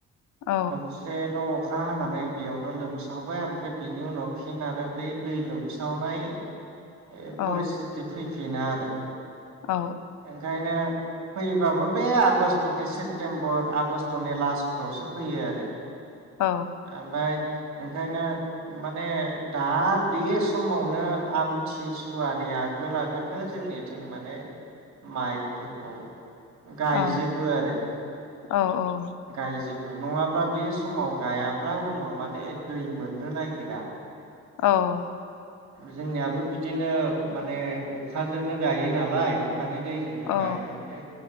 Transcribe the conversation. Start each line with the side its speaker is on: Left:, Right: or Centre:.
Left: औ
Right: खनसे ल' अखा हानानै बेयावनो लोमसावबाय ओमफ्राय बिनि उनाव फिन आरो बे दै लोमसावनाय ए परस्थिथि
Left: औ
Right: फै फैफिनो आरो
Left: औ
Right: ओंखायनो फैबाबो बे आगष्ट'नि सेप्तेम्बर आगष्ट'नि लास्टफ्रावसो फैयो आरो
Left: औ
Right: ओमफाय ओंखायनो माने दा बे समावनो आमथिसुवानि आगोल आगोलनो जोंनिथिं माने माइफोरखौ गायजोबो
Left: औ
Right: आरो
Left: औ औ
Right: गायजोब नङाब्ला बे समाव गायाब्ला उनाव माने दै मोननो नागिरा
Left: औ
Right: जोंनियाबो बिदिनो माने अखाजोंनो गायो नालाय अखानि दैजोंनो
Left: औ
Right: गायो ओमफ्राय